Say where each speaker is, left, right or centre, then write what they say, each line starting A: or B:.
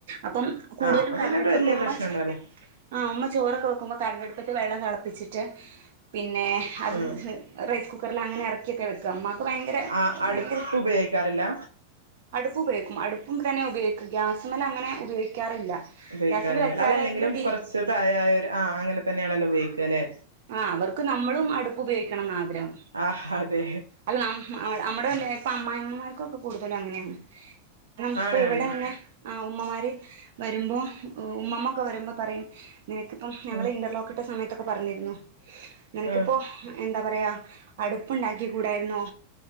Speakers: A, on the right (about 55°); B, on the right (about 80°).
A: അപ്പം കൂടുതലും
B: ആഹ് അപ്പൊ
A: കരണ്ടടുപ്പുമ്മ
B: പിന്നെ വല്യ പ്രശ്നണ്ടാവൂല
A: ആഹ് ഉമ്മ ചോറൊക്കെ വെക്കുമ്പോ കരണ്ടടുപ്പത്ത് വെള്ളം തിളപ്പിച്ചിട്ട് പിന്നെ അത്
B: ഉം
A: റൈസ് കുക്കറിൽ അങ്ങനെ എറക്കി വെക്ക ഇമ്മാക്ക് ഭയങ്കരെ
B: ആഹ് അടുപ്പ്
A: ഭയങ്കരെ
B: ഉപയോഗിക്കാറില്ല
A: അടുപ്പ് ഉപയോഗിക്കും, അടുപ്പ് തന്നെ ഉപയോഗിക്കും. ഗ്യാസുമ്മേലങ്ങനെ ഉപയോഗിക്കാറില്ല
B: ഉപയോഗിക്കാറുണ്ട്.
A: ഗ്യാസിൽ വെച്ചാൽ
B: അതല്ലെങ്കിലും
A: അതിന്റെ തീ
B: കുറച്ച് പ്രയായവര് ആഹ് അങ്ങനെ തന്നെയാണല്ലോ ഉപയോഗിക്കുക, അല്ലെ
A: ആഹ് അവർക്ക് നമ്മളും അടുപ്പ് ഉപയോഗിക്കണംന്നാ ആഗ്രഹം.
B: ആഹ് അതെ
A: അല്ല നമ്മടെ ഇല്ലേ ഇപ്പൊ അമ്മായിമ്മമാർക്കൊക്കെ കൂടുതലും അങ്ങനെയാണ്. അഹ് ഇപ്പൊ
B: ആണ്
A: ഇവിടെ
B: ആണ്
A: തന്നെ ആഹ് ഉമ്മമാര് വരുമ്പോ ഉമ്മമ്മ ഒക്കെ വരുമ്പോ പറയും നിനക്കിപ്പം ഞങ്ങൾ
B: ഉം
A: ഇന്റർലോക്കിട്ട സമയത്തൊക്കെ പറഞ്ഞിരുന്നു നിനക്കിപ്പോ
B: ആഹ്
A: എന്താ പറയാ, അടുപ്പുണ്ടാക്കി കൂടായിരുന്നോ,